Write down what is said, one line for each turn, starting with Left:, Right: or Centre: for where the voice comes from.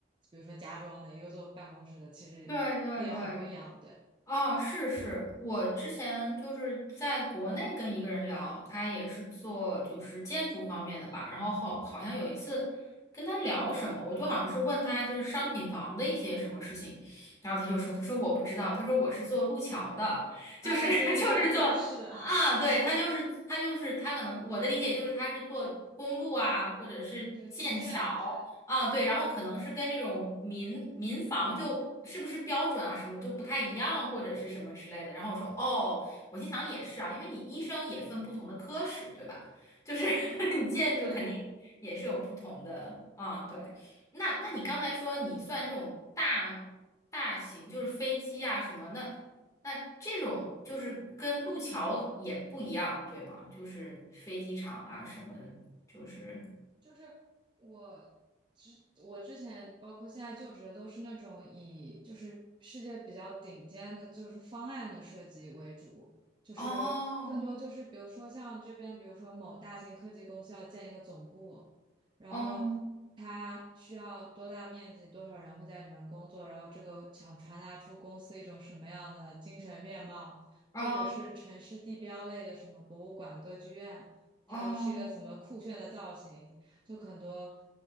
Right: 比如说家装的，一个做办公室的，其实也很不一样，
Left: 对对对。
Right: 对。
Left: 哦，是是，我之前就是在国内跟一个人聊，他也是做就是建筑方面的吧，然后好好像有一次跟他聊什么，我就好像是问他就是商品房的一些什么事情，然后他就说，他说我不知道，他说我是做路桥的，就是
Right: 啊，对对对对，
Left: <laughs> 就是做啊，
Right: 是的，
Left: 对，他就是他就是他可能我的理解就是他是做公路啊，或者是建桥。
Right: 就基建，对
Left: 啊，对，然后可能是跟这种民民房就是不是标准啊，什么都不太一样，或者是什么之类的。然后我说，哦，我心想也是啊，因为你医生也分不同的科室，对吧？就是 <laughs> 你建筑肯定也是有不同的啊，
Right: 对，
Left: 对。那那你刚才说你算这种大大型，就是飞机啊什么，那那这种就是跟路桥也不一样，对吗？就是飞机场啊什么，就是
Right: 就是我之我之前包括现在就职的都是那种以就是世界比较顶尖的，就是方案的设计为主，就是更多就是比如说像这边，
Left: 哦，
Right: 比如说某大型科技公司要建一个总部，然后它需要多大面积，
Left: 嗯。
Right: 多少人会在里面工作，然后这个想传达出公司一种什么样的精神面貌，
Left: 哦
Right: 或者是城市地标类的什么博物馆、歌剧院。它要是一个怎么酷炫的造型，
Left: 哦
Right: 就很多